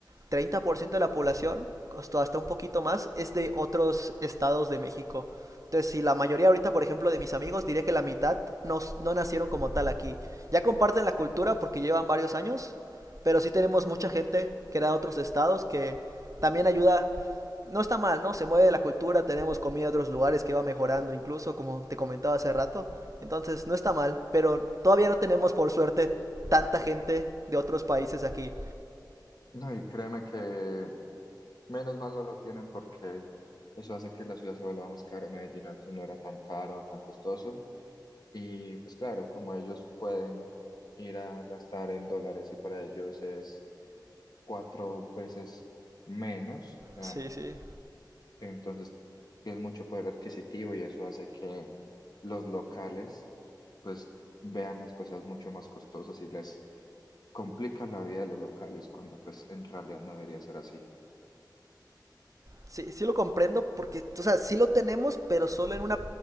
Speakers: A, on the right (about 45°); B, on the left (about 60°).
A: 30% de la población, hasta, hasta un poquito más, es de otros estados de México. Entonces, si la mayoría ahorita, por ejemplo, de mis amigos, diría que la mitad no, no nacieron como tal aquí. Ya comparten la cultura porque llevan varios años, pero sí tenemos mucha gente que era de otros estados que también ayuda no está mal, ¿no? Se mueve la cultura, tenemos comida de otros lugares que va mejorando incluso, como te comentaba hace rato. Entonces, no está mal, pero todavía no tenemos, por suerte, tanta gente de otros países aquí.
B: No, y créeme que menos mal no lo tienen porque eso hace que la ciudad se vuelva más cara. Medellín antes no era tan caro, tan costoso. Y pues claro, como ellos pueden ir a gastar en dólares y para ellos es cuatro veces menos, o
A: Sí,
B: sea,
A: sí.
B: Entonces, tienes mucho poder adquisitivo y eso hace que los locales, pues, vean las cosas mucho más costosas y les complica la vida a los locales cuando, pues, en realidad no debería ser así.
A: sí, sí lo comprendo porque, o sea, sí lo tenemos, pero solo en una